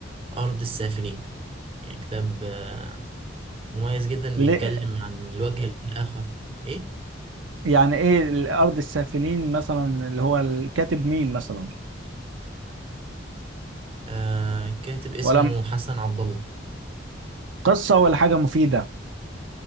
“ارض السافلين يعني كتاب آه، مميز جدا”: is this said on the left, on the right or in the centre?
Right